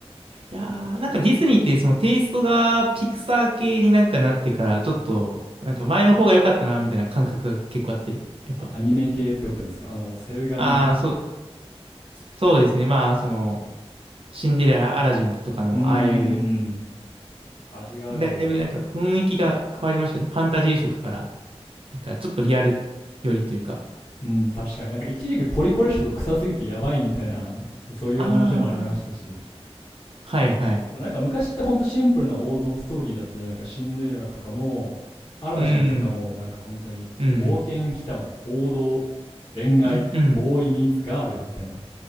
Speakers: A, on the right (about 60°); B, on the left (about 40°).
A: いやー、なんかディズニーってそのテイストがピクサー系になんかなってから、ちょっと、なんか前の方が良かったな、みたいな感覚が結構あって、やっぱ。
B: あアニメ系ってことですかあの、セル画みたいな。
A: ああ、そう、そうですね。まあ、その、シンデレラ、アラジンとかの、
B: うんうんう
A: ああいう、
B: ん。味がある方。
A: だいぶなんか雰囲気が変わりましたね。ファンタジー色から。なんかちょっとリアルよりというか。
B: うん、確かに。なんか一時期ポリコレ色臭すぎてやばいみたいな、そういう話もありましたし。
A: ああ、はいはい。
B: そうなんか昔ってほんとシンプルな王道ストーリーだったじゃないか。シンデレラとかも、アラジンとかも、
A: うん、
B: なんか本当に、
A: うん、
B: 冒険祈祷、王道、恋愛、
A: うん、
B: ボーイミーツガールみたいな。